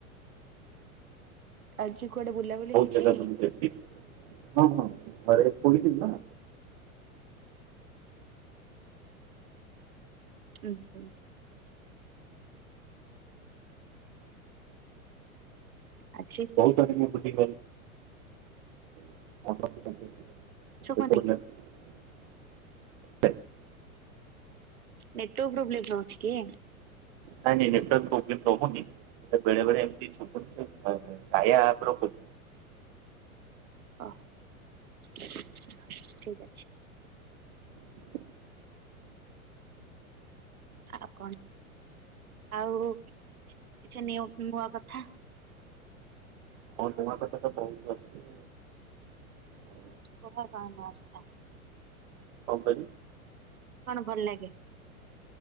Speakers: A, on the right; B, on the right.
A: ଆଜି କୁଆଡେ ବୁଲାବୁଲି ହେଇଛି?
B: ଜାଗା ବୁଲିକି ଆସିଲି ହଁ ହଁରେୋଇଥିଲ ନା
A: ଆଜ୍ଞା। ଆଜି
B: ବହୁତ ଆ ମୁ ବୁଟି <unintelligible>
A: ଶୁଭୁନି ନେଟୱ ପ୍ରବ୍ଲେମ୍ଛିିକ।
B: ନାଇ ନାଇ ନଟ ପ୍ରୋଗମ୍ ନନ ବେଳେବେେଳେ ଏମତି ଚୁ କ ଆପର ହଁ।
A: ଓୋ ଠିକ ଅଛି।
B: <inaudible>
A: ଆଉ କଣ ଆଉ କିଛି ନୂଆ କଥା
B: ହଁ ତୁମ କଥା ତ ବହୁତ ଅଛି। ଆଉ
A: କର କଣ ମାର୍ଚଥା
B: ହଉ କ
A: କଣ ଭଲ ଲାଗେ?